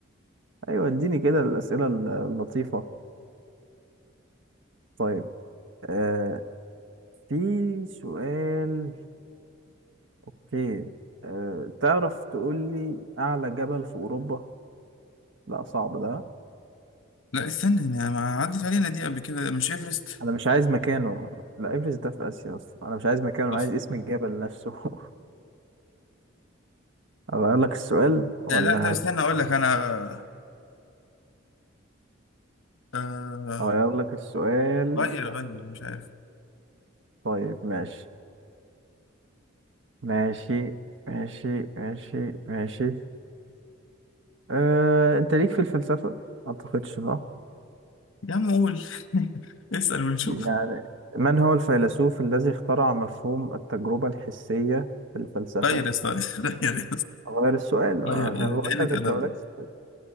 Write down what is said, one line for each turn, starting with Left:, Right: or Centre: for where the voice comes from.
Right: أيوة اديني كده الأسئلة اللطيفة طيب آه... في سؤال أوكي آه... تعرف تقول لي أعلى جبل في أوروبا؟ لا صعب ده
Left: لا استنى انا ما عدت علينا دي قبل كده مش ايفرست
Right: أنا مش عايز مكانه لا إيفرست ده في آسيا أصلا أنا مش عايز مكانه أنا
Left: اصلا
Right: عايز اسم الجبل نفسه <laughs> أغير لك السؤال ولا
Left: آه لا ده استنى اقول لك انا آه
Right: اغير لك السؤال
Left: غير غير مش عارف
Right: طيب ماشي ماشي ماشي ماشي ماشي أه، انت ليك في الفلسفة ما اعتقدش صح
Left: يا عم قول <laughs> اسأل ونشوف
Right: يعني من هو الفيلسوف الذي اخترع مفهوم التجربة الحسية في الفلسفة
Left: غير يا اسطى <laughs> غير يا اسطى
Right: اغير السؤال ما
Left: غير إيه ده
Right: <laughs> بقول
Left: ده قلة
Right: لك انت
Left: ادب
Right: مالكش سؤال.